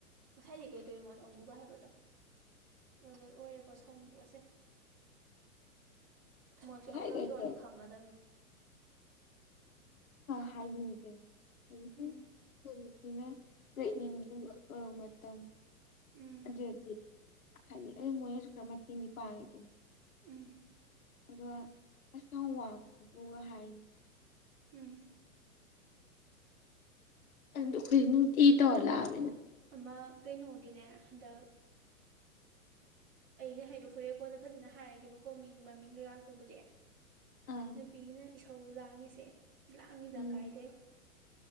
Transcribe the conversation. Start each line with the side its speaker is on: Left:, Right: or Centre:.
Right: ꯉꯁꯥꯏꯗꯤ ꯀꯩꯗꯧꯔꯤꯃꯣ ꯅꯪꯕꯨꯒ ꯍꯥꯏꯕꯗꯣ ꯑꯗꯨꯗ ꯑꯣꯏꯔꯦꯀꯣ ꯁꯥꯎꯅꯤꯡꯕꯁꯦ ꯃꯣꯏꯁꯨ
Left: ꯉꯁꯥꯏꯗꯣ
Right: ꯑꯝꯇꯪ
Left: ꯍꯦꯛꯇ
Right: ꯇꯧꯔꯗꯤ ꯈꯪꯒꯗꯕꯅꯦ
Left: ꯍꯥꯏꯅꯤꯡꯉ ꯀ ꯑꯗꯨ ꯁꯨꯝ
Right: ꯎꯝ
Left: ꯑꯩꯈꯣꯏꯅ ꯄ꯭ꯔꯦꯒꯅꯦꯟ ꯄꯔꯦꯛꯅꯦꯟ ꯑꯣꯏꯕ ꯃꯇꯝ
Right: ꯎꯝ
Left: ꯑꯗꯨꯗꯤ ꯍꯥꯏ ꯑꯗꯨ ꯃꯣꯏꯁꯨ ꯈꯔ ꯃꯇꯦꯡꯗꯤ ꯄꯥꯡꯉꯦ
Right: ꯎꯝ
Left: ꯑꯗꯨꯒ ꯑꯁꯥꯝ ꯋꯥꯕꯁꯤꯕꯨꯒ ꯍꯥꯏꯅꯤ
Right: ꯎꯝ
Left: ꯑꯩꯈꯣꯏ ꯅꯨꯡꯇꯤ ꯇꯧꯔ ꯂꯥꯛꯑ
Right: ꯑꯃ ꯀꯩꯅꯣꯒꯤꯅꯦ ꯍꯟꯗꯛ ꯑꯩꯅ ꯍꯥꯏꯗꯣ ꯍꯣꯔꯦꯜ ꯀꯣꯟꯅ ꯐꯖꯅ ꯍꯥꯏꯔꯒꯦꯕꯀꯣ ꯃꯤꯒꯤ ꯃꯃꯤꯡ ꯀꯩ ꯀꯥꯗꯨꯕꯨꯗꯤ
Left: ꯑꯥ
Right: ꯅꯨꯄꯤꯅ ꯏꯁꯧ ꯂꯥꯡꯉꯤꯁꯦ ꯂꯥꯡꯅꯤꯗ
Left: ꯎꯝ
Right: ꯀꯥꯏꯗꯩ